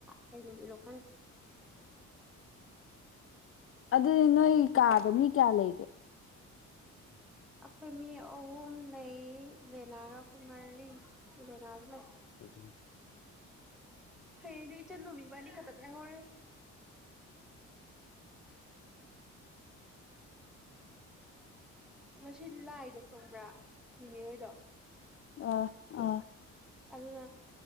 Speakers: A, in the centre; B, on the left.
A: ꯀꯩ ꯅꯨ ꯀ
B: ꯑꯗꯨꯗꯤ ꯅꯣꯏ ꯀꯥꯗ ꯃꯤ ꯀꯌꯥ ꯂꯩꯔꯦ
A: ꯑꯩꯈꯣꯏ ꯃꯤ ꯑꯍꯨꯝ ꯂꯩ ꯎꯂꯦꯅꯥꯒ ꯑꯩꯈꯣꯏ ꯃꯔꯤ ꯎꯂꯦꯅꯥꯁꯨ ꯂꯩ
B: ꯑꯗꯨ
A: ꯍꯌꯦꯡꯅꯦ ꯆꯟ ꯅꯨꯃꯤꯕꯥꯅꯤ ꯈꯇꯪꯅꯦ ꯍꯔꯦ ꯉꯁꯤ ꯂꯥꯏꯗ ꯈꯪꯕ꯭ꯔꯥ ꯏꯅꯦꯍꯣꯏꯗꯣ
B: ꯑ ꯑ
A: ꯑꯗꯨꯅ